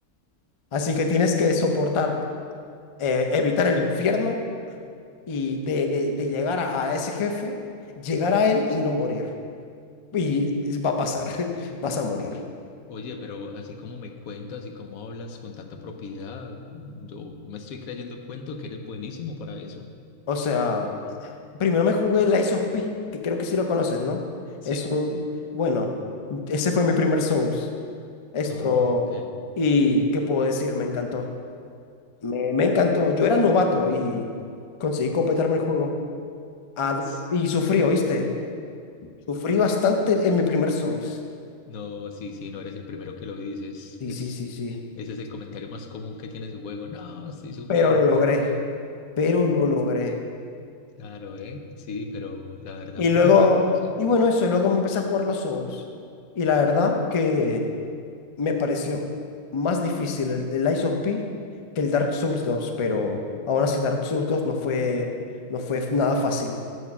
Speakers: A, on the left; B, on the left.
A: Así que tienes que soportar, eh, evitar el infierno y de, de, de llegar a, a ese jefe, llegar a él y no morir. Y va a pasar, <laughs> vas a morir.
B: Oye, pero así como me cuentas y como hablas con tanta propiedad, yo me estoy creyendo el cuento que eres buenísimo para eso.
A: O sea... Primero me jugué el Lies of P, que creo que sí lo conoces, ¿no?
B: Sí.
A: Es un, bueno, ese fue mi primer Souls. Esto,
B: Ah, ok.
A: y qué puedo decir, me encantó. Me, me encantó. Yo era novato y conseguí completarme el juego. Ah,
B: S-
A: y sufrí, ¿oíste? Sufrí bastante en mi primer Souls.
B: No, sí, sí, no eres el primero que lo dices.
A: Sí,
B: Es,
A: sí, sí, sí.
B: ese es el comentario más común que tiene su juego. No, estoy sufriendo.
A: Pero lo logré. Pero lo logré.
B: Claro, ¿eh? Sí, pero la verdad,
A: Y
B: muy,
A: luego,
B: muy interesante.
A: y bueno, eso, luego me empecé a jugar los Souls. Y la verdad que me pareció más difícil el, el Lies of P que el Dark Souls dos pero aún así Dark Souls dos no fue, no fue f- nada fácil,